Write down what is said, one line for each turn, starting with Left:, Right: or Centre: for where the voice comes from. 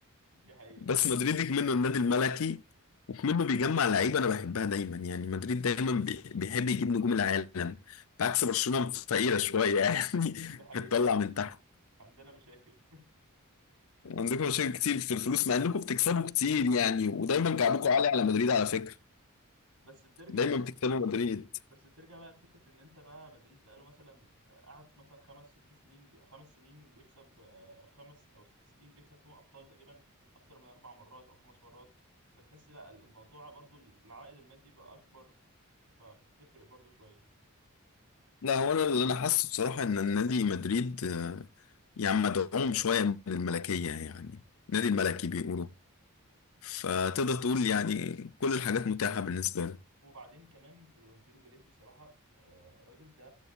Right: دي حقيقه
Left: بس مدريد كمنه النادي الملكي وكمنه بيجمع لعيبة أنا بحبها دايما يعني مدريد دايما بي- بيحب يجيب نجوم العالم بعكس برشلونة فقيرة شوية <laughs> يعني
Right: دي حقيقه
Left: بتطلع من تحت
Right: <laughs> عندنا مشاكل
Left: عندكم مشاكل كتير في الفلوس مع انكم بتكسبوا كتير يعني ودايما كعبكم عالي على مدريد على فكرة
Right: <laughs> بس بترجع
Left: دايما
Right: بقى
Left: بتكسبوا مدريد
Right: بس بترجع بقى لفكرة إن أنت بقى مدريد بقى له مثلا آه، قعد مثلا خمس ست سنين بي... خمس سنين بيكسب آه، خمس أو ست سنين بيكسب فيهم أبطال تقريبا أكتر من أربع مرات أو خمس مرات فتحس لا الموضوع برضو العائد المادي بقى أكبر فبتفرق برضو شوية
Left: لا هو انا اللي انا حاسه بصراحه ان النادي مدريد آه، يعني مدعوم شويه من الملكيه يعني نادي الملكي بيقولوا فتقدر
Right: وبعدين
Left: تقول يعني كل الحاجات متاحه بالنسبه له
Right: وبعدين كمان فلورنتينو بيريز بصراحة آه، الراجل ده